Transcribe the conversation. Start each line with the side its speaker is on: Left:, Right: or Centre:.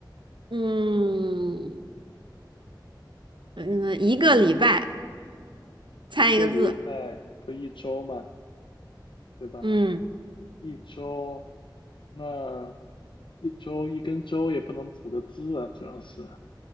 Right: 嗯嗯一个礼拜。猜一个字。
Left: 一个礼拜不一周嘛，对吧？
Right: 嗯，
Left: 一周，那一周一根周也不能组个字啊，主要是